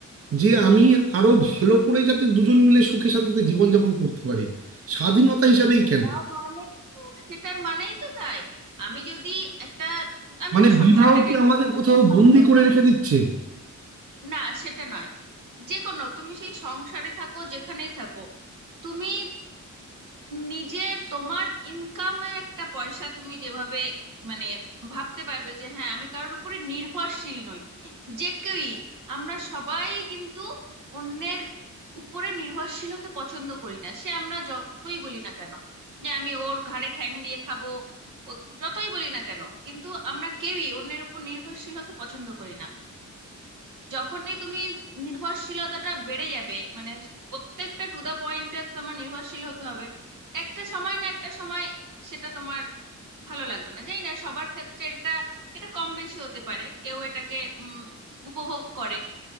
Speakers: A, on the right (about 50°); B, on the right (about 85°).
A: যে আমি আরো ভালো করে যাতে দুজন মিলে সুখে শান্তিতে জীবনযাপন করতে পারি স্বাধীনতা হিসাবেই
B: সেটার
A: কেন
B: মানেই তো সেটার মানেই তো তাই আমি যদি একটা আমি
A: মানে
B: যদি সংসারটাকে
A: বিবাহ কি
B: ধরি
A: আমাদের কোথাও
B: একটা সংসারে
A: বন্দি করে রেখে দিচ্ছে
B: না সেটা নয় যে কোনো তুমি সেই সংসারে থাকো যেখানেই থাকো তুমি নিজের তোমার ইনকামের একটা পয়সা তুমি যেভাবে মানে ভাবতে পারবে যে হ্যাঁ আমি কারোর উপরে নির্ভরশীল নই যে কেউই আমরা সবাই কিন্তু অন্যের উপরে নির্ভরশীল হতে পছন্দ করি না সে আমরা যতই বলি না কেন যে আমি ওর ঘাড়ে ঠ্যাং দিয়ে খাবো ও- যতই বলি না কেন কিন্তু আমরা কেউই অন্যের উপর নির্ভরশীল হতে পছন্দ করি না যখনই তুমি নির্ভরশীলতাটা বেড়ে যাবে মানে প্রত্যেকটা টু দা পয়েন্টে তোমার নির্ভরশীল হতে হবে একটা সময় না একটা সময় সেটা তোমার ভালো লাগবে না জানি না সবার ক্ষেত্রে এটা এটা কম বেশি হতে পারে কেউ এটাকে উম, উপভোগ করে